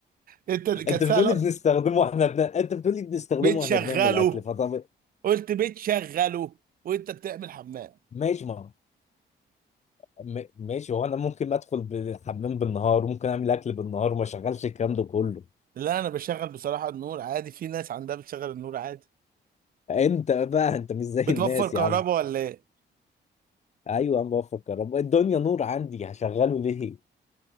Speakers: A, on the right (about 50°); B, on the left (about 35°).
A: انت كانت
B: أنت بتقولي
A: سهله
B: بنستخدمه وإحنا بن... أنت بتقولي بنستخدمه
A: بتشغله
B: وإحنا بنعمل أكل فطب
A: قلت بتشغله وانت بتعمل حمام
B: ماشي ما م... ماشي هو أنا ممكن أدخل بالحمام بالنهار وممكن أعمل أكل بالنهار وما أشغلش الكلام ده كله
A: لا انا بشغل بصراحه النور عادي في ناس عندها بتشغل النور عادي
B: أنت بقى أنت مش زي
A: بتوفر
B: الناس
A: كهرباء
B: يا عم
A: ولا ايه
B: ايوه انا بفكر رب- الدنيا نور عندي هشغله ليه